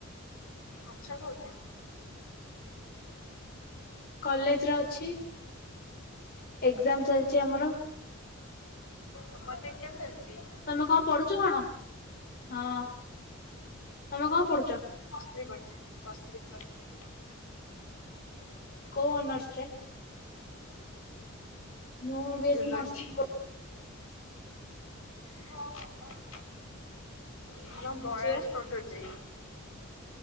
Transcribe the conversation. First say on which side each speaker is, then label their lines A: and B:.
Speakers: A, on the left; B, on the left.
A: ଆଛ କୋଉଠି?
B: କଲେଜରେ ଅଛି। ଏଗଯାମ୍ ଚାଲିଚି ଆମର।
A: ତମର ବି ଏଗଜାମ୍ ଚାଲିଚି।
B: ତମେ କଣ ପଡୁଚ କଣ ହଁ ତମେ କଣ ପଡୁଚ?
A: ପ୍ଲଅସ୍ତ୍ରୀ କରିଚି ପ୍ଲଅସ୍ତ୍ରୀ ପ୍ଲଅସ୍ତ୍ରୀ।
B: କୋଉ ଅନର୍ସରେ? ମୁଁ ବିଏସି
A: ଝୁଲୁଛି
B: ନର୍ସିଂ କ
A: <unintelligible> ତୁମ ଭୟେସ୍
B: କରୁଛି ବା
A: କଟୁଚି।